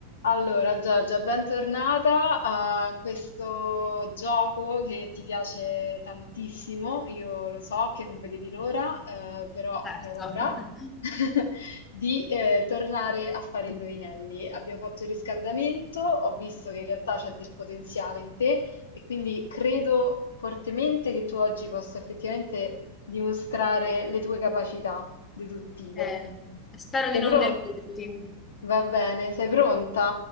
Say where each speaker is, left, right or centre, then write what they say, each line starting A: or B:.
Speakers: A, on the left; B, on the left.
A: Allora, Giorgia, bentornata a questo gioco che ti piace tantissimo. Io lo so che non vedevi l'ora, eh, però
B: Certo,
A: è ora
B: <laughs>
A: <laughs> di eh, tornare a fare indovinelli. Abbiamo fatto il riscaldamento, ho visto che in realtà c'è del potenziale in te e quindi credo fortemente che tu oggi possa effettivamente dimostrare le tue capacità deduttive.
B: Eh, spero
A: Sei
B: di non
A: pronta?
B: deluderti.
A: Va bene, sei pronta?